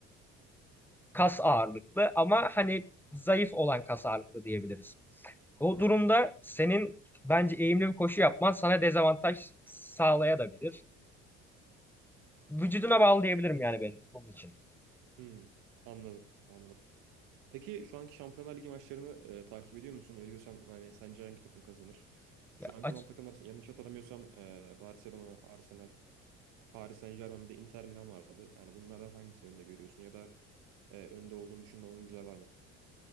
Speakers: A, in the centre; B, on the right.
A: kas ağırlıklı ama hani zayıf olan kas ağırlıklı diyebiliriz. O durumda senin bence eğimli bir koşu yapman sana dezavantaj sağlayabilir. Vücuduna bağlı diyebilirim yani ben bunun için.
B: Hmm. Anladım, anladım. Peki şu anki Şampiyonlar Ligi maçlarını eee, takip ediyor musun? Ediyorsan hani sence hangi takım kazanır? Şu
A: Ya,
B: anki
A: aç-
B: olan takımlar yanlış hatırlamıyorsam eee, Barcelona, Arsenal, Paris Saint-Germain bir de Inter Milan vardı. Yani bunlardan hangisini önde görüyorsun ya da e, önde olduğunu düşündüğün oyuncular var mı?